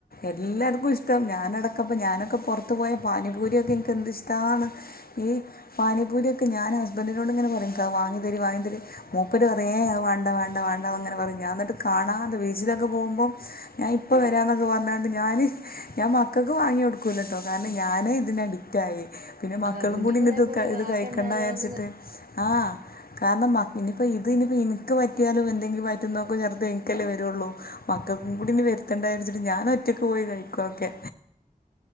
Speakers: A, on the left; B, on the right.
A: എല്ലാർക്കും ഇഷ്ട ഞാനടക്കപ്പോൾ ഞാനൊക്കെ പുറത്ത് പോയ പാനിപൂരിയൊക്കെ എനിക്ക് എന്ത് ഇഷ്ടാണ് ഈ പാനിപൂരിയൊക്കെ ഞാൻ ഹസ്ബൻഡിനോട് ഇങ്ങനെ പറയും ക്ക് അത് വാങ്ങി തരിന്ന് വാങ്ങി തരി മൂപ്പര് ഏഹ് വേണ്ട വേണ്ട വണ്ട അങ്ങനെ പറയും ഞാൻ എന്നിട്ട് കാണാതെ ബിച്ചിലൊക്കെ പോകുമ്പോം ഞാൻ ഇപ്പ വരാന്നൊക്കെ പറഞ്ഞണ്ട് ഞാന് ഞാൻ മക്കൾക്ക് വാങ്ങി കൊടുക്കൂലട്ടോ കാരണം എനി ഞാനെ ഇതിന് അഡിക്റ്റയി പിന്നെ മക്കളും
B: അതാ കുഞ്ഞുങ്ങളെയും
A: കൂടി ഇന്നത്
B: ഇതാക്കണ്ടാലോന്ന്
A: ഇത് കഴിക്കണ്ട വിചരിച്ചിട്ട് ആഹ് കാരണം ഇനിപ്പോ ഇതിനിയിപ്പോ എനിക്ക് പറ്റിയാലും എന്തെങ്കിലും വയറ്റ്ന്നൊക്കെ ഛർദിയും എനിക്കല്ലേ വരുള്ളൂ മക്കക്കും കൂടി ഇനി വരുത്തണ്ടാവിയയിരിച്ചിട്ട് ഞാൻ ഒറ്റക്ക് പോയി കഴിക്കു ഒക്കെ